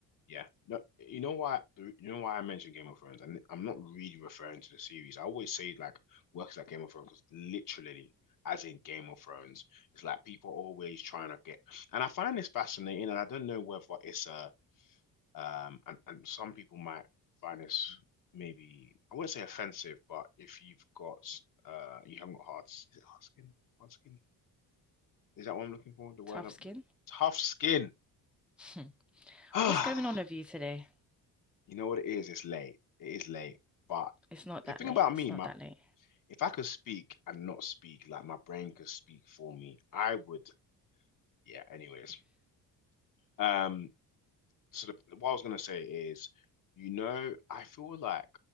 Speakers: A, on the left; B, in the centre.
A: Yeah. No, you know why you know why I mentioned Game of Thrones and I'm not really referring to the series. I always say like works like Game of Thrones because literally as in Game of Thrones, it's like people are always trying to get and I find this fascinating and I don't know whether it's a um and, and some people might find this maybe I wouldn't say offensive, but if you've got uh you haven't got hard is it hard skin? Hard skin? Is that what I'm looking for? The word
B: Tough
A: I'm
B: skin.
A: tough skin.
B: Hmm. <laughs>
A: <sighs>
B: What's going on with you today?
A: You know what it is? It's late. It is late. But
B: It's not
A: the
B: that
A: thing
B: late.
A: about me,
B: It's not
A: my
B: that late.
A: if I could speak and not speak, like my brain could speak for me, I would. Yeah. Anyways, um. So the, what I was gonna say is, you know, I feel like